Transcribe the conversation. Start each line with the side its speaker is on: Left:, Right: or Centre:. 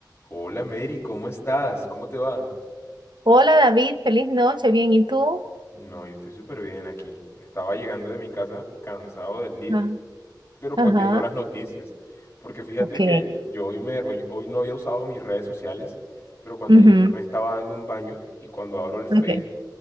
Left: Hola Mary, ¿cómo estás? ¿Cómo te va?
Right: Hola David, feliz noche, bien, ¿y tú?
Left: No, yo estoy súper bien aquí. Estaba llegando de mi casa cansado del día,
Right: Ajá.
Left: pero pues
Right: Ajá,
Left: viendo las noticias. Porque fíjate
Right: ok.
Left: que yo hoy, me, hoy, hoy no había usado mis redes sociales, pero cuando
Right: ujú,
Left: llegué me estaba dando un baño y cuando abro el Facebook,
Right: ok,